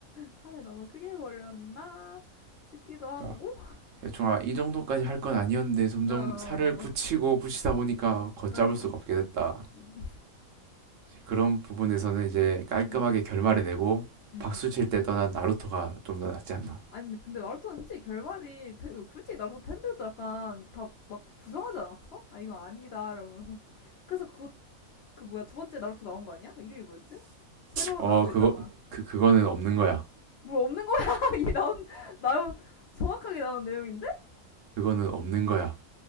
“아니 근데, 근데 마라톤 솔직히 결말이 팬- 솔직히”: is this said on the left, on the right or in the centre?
Left